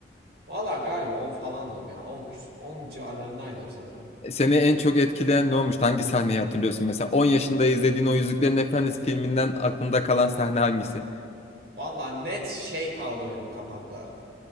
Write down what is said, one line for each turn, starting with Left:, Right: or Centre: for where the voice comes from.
Right: valla galiba on falandım ya. on 10 10 civarlarındaydım sanırım.
Left: E, Seni en çok etkileyen ne olmuştu? Hangi sahneyi hatırlıyorsun? Mesela 10 yaşında izlediğin o Yüzüklerin Efendisi filminden aklında kalan sahne hangisi?
Right: Valla net şey kaldı benim kafamda.